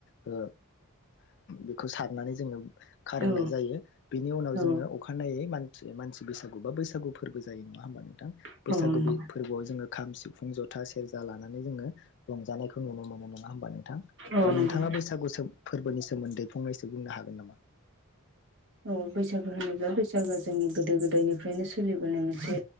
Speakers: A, on the left; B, on the right.
A: ओ बेखौ सारनानै जोङो खारननाय
B: औ
A: जायो बेनि उनाव
B: औ
A: जोङो अखानायै म मानसि बैसागु बा बैसागु फोरबो जायो नङा होमबानो थां
B: नंगौ
A: बैसागु फोरबोआव जोङो खाम सिफुं जथा सेरजा लानानै जोङो रंजानायखौ नुनो मोनो नङा नङा होमबा नोंथां
B: औ नंगौ
A: नोंथाङा बैसागु फोरबोनि सोमोन्दै फंनैसो बुंनो हागोन नामा?
B: औ बैसागो होनोब्ला बैसागोआ जोंनि गोदो गोदायनिफ्रायनो सोलिबोनाय मोनसे